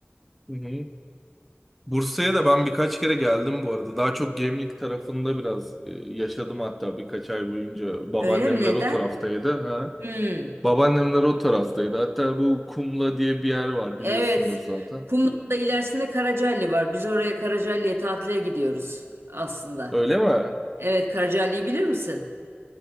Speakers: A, in the centre; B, on the right.
A: Hı hı. Bursa'ya da ben birkaç kere geldim bu arada. Daha çok Gemlik tarafında biraz e, yaşadım hatta birkaç ay boyunca. Babaannemler
B: Öyle mi? Neden?
A: o taraftaydı. Ha.
B: Hmm.
A: Babaannemler o taraftaydı. Hatta bu Kumla diye bir yer var
B: Evet.
A: biliyorsundur zaten.
B: Kumla'nın da ilerisinde Karacaali var. Biz oraya Karacaali'ye tatile gidiyoruz aslında.
A: Öyle mi?
B: Evet, Karacaali'yi bilir misin?